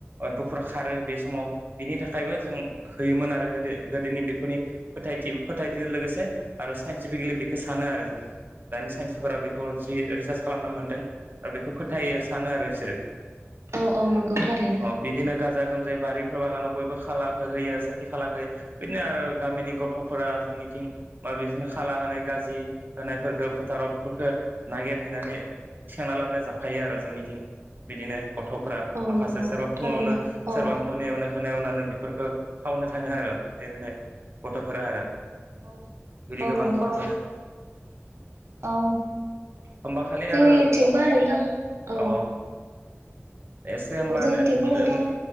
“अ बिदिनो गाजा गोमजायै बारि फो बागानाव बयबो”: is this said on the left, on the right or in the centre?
Right